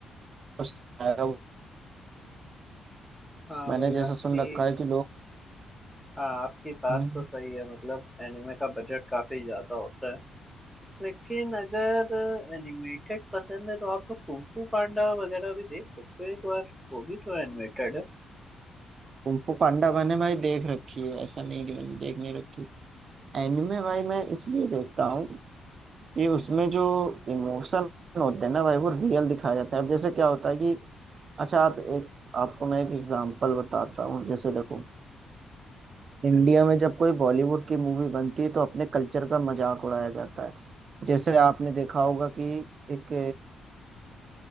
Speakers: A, on the right (about 45°); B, in the centre.
A: उससे आएगा वो।
B: हाँ
A: मैंने
B: भाई
A: जैसा
B: आपकी
A: सुन रखा है कि लोग
B: हाँ आपकी बात
A: हम्म,
B: तो सही है मतलब एनिमे का बजट काफी ज्यादा होता है लेकिन अगर एनिमेटेड पसंद है तो आप लोग कुंग फू पांडा वगैरह भी देख सकते हो एक बार वो भी तो एनिमेटेड है
A: कुंफू पांडा मैंने भाई देख रखी है ऐसा नहीं कि मैंने देख नहीं रखी एनिमे भाई मैं इसलिए देखता हूँ कि उसमें जो इमोशन होते हैं ना भाई वो रियल दिखाया जाता है अब जैसे क्या होता है कि अच्छा आप एक आपको मैं एक एग्जांपल बताता हूँ जैसे देखो इंडिया में जब कोई बॉलीवुड की मूवी बनती है तो अपने कल्चर का मजाक उड़ाया जाता है जैसे आपने देखा होगा कि एक